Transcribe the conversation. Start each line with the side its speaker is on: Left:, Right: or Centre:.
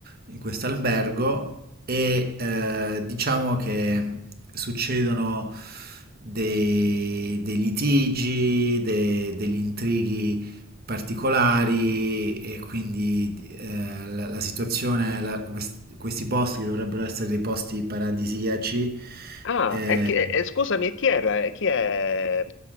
Right: in questo albergo e eh, diciamo che succedono dei, dei litigi, de- degli intrighi particolari e quindi eh, la, la situazione, la- quest- questi posti che dovrebbero essere dei posti paradisiaci,
Left: Ah,
Right: eh,
Left: e chi- e- e scusami, e chi era? E Chi è?